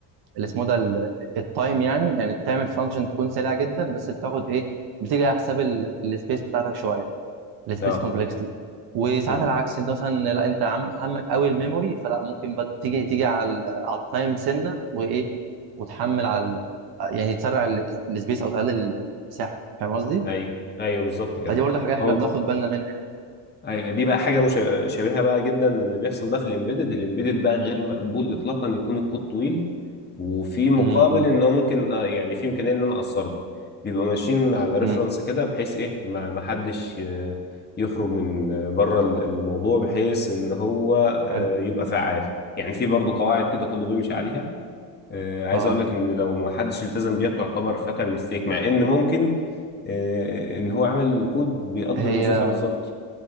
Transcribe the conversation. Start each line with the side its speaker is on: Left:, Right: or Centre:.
Right: اللي اسمه ده ال- التايم يعني يعني تعمل فانكشن تكون سريعه جدا بس بتاخد ايه بتيجي على حساب السبيس بتاعتك شويه السبيس
Left: اه
Right: كومبلكسيتي وساعات
Left: مم.
Right: العكس انت مثلا لا انت عم همك قوي الميموري فلا ممكن بد... تيجي تيجي على ال- على التايم سنه وايه وتحمل على ال- يعني تسرع ال- السبيس او تقلل المساحه فاهم قصدي؟
Left: ايوه ايوه بالظبط كده
Right: فدي برضه حاجه احنا
Left: هو
Right: بناخد بالنا منها يعني
Left: ايوه دي بقى حاجه مشابهه شبيهة بقى جدا للي بيحصل ده في الامبيدد الامبيدد بقى غير مقبول اطلاقا يكون الكود طويل وفي مقابل
Right: امم
Left: ان هو ممكن آه، يعني في امكانيه ان انا اقصره بيبقوا ماشيين على ريفرنس
Right: امم
Left: كده بحيث ايه ما ما حدش آه، يخرج من آه، بره ال- الموضوع بحيث ان هو آه،
Right: حلو
Left: يبقى فعال يعني في برضو قواعد كده كله بيمشي عليها آه، عايز
Right: اه
Left: اقول لك ان لو ما حدش التزم بيها بتعتبر فاتال ميستيك مع ان ممكن آه، ان هو عامل كود بيقضي
Right: هي
Left: الوظيفه بالظبط